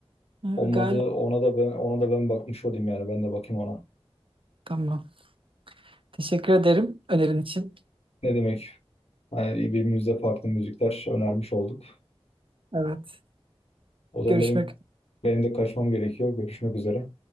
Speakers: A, on the right; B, on the left.
A: Ha,
B: Olmadı
A: Galiba.
B: ona da ben ona da ben bakmış olayım yani ben de bakayım ona.
A: Tamam. Teşekkür ederim önerin için.
B: Ne demek? Yani birbirimize farklı müzikler önermiş olduk.
A: Evet.
B: O zaman
A: Görüşmek
B: benim benim de kaçmam gerekiyor. Görüşmek üzere.